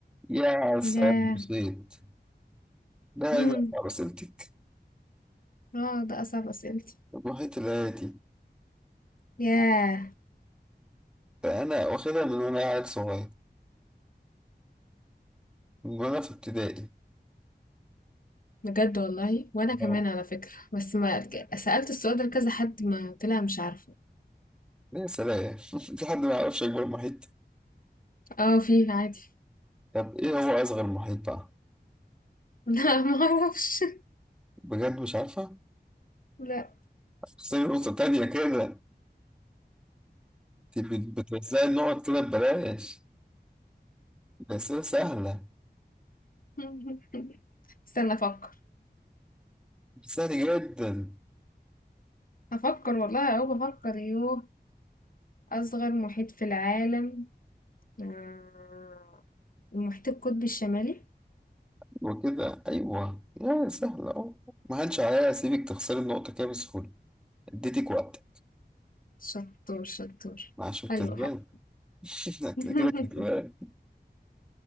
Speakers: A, in the centre; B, on the left.
A: يا سعد
B: ياه!
A: بسيط لا
B: إمم،
A: لا صعب سألتك
B: آه، ده أصعب أسئلتي،
A: المحيط الهادي
B: ياه!
A: ده أنا واخدها من وأنا عيل صغير من وأنا في ابتدائي
B: بجد والله، وأنا كمان
A: أوه.
B: على فكرة، بس ما ك سألت السؤال ده لكذا حد ما طلع مش عارفة،
A: يا سلام <laughs> في حد ما يعرفش أكبر محيط
B: آه، فيه عادي،
A: طب إيه هو أصغر محيط بقى؟
B: <laughs> لأ ما أعرفش،
A: بجد مش عارفة؟
B: لأ،
A: خسري نقطة تانية كده أنت بتوزعي النقط كده ببلاش ده أسئلة سهلة
B: <laughs> استنى أفكر،
A: سهل جدا
B: هافكر والله أهو بافكر، يوه! أصغر محيط في العالم آه، المحيط القطبي الشمالي
A: وكده أيوه يا سهلة أهو ما هنش عليها أسيبك تخسري النقطة كده بسهولة اديتك وقت
B: شطور شطور
A: عشان كسبان
B: حلو حلو
A: <laughs>
B: <laughs>
A: كده كده كده